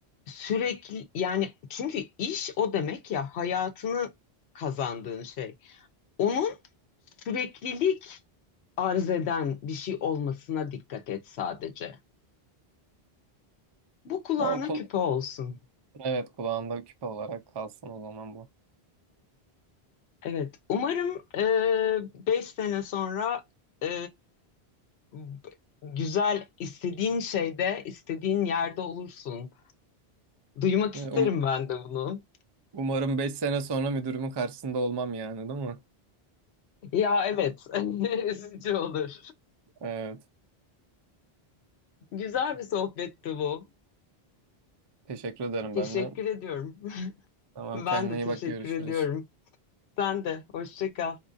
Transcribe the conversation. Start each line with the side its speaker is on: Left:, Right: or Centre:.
Left: sürekli yani çünkü iş o demek ya hayatını kazandığın şey. Onun süreklilik arz eden bir şey olmasına dikkat et sadece. Bu kulağına
Right: Tamam kul
Left: küpe olsun.
Right: evet kulağımda küpe olarak kalsın o zaman bu.
Left: Evet, umarım e, 5 sene sonra e, b- güzel istediğin şeyde, istediğin yerde olursun. Duymak isterim
Right: E, um-
Left: ben de bunu.
Right: umarım 5 sene sonra müdürümün karşısında olmam yani, değil mi?
Left: Ya evet, <laughs> üzücü olur.
Right: <laughs> Evet.
Left: Güzel bir sohbetti bu.
Right: Teşekkür ederim
Left: Teşekkür
Right: ben de.
Left: ediyorum. <laughs>
Right: Tamam
Left: Ben
Right: kendine
Left: de
Right: iyi
Left: teşekkür
Right: bak görüşürüz.
Left: ediyorum. Sen de, hoşça kal.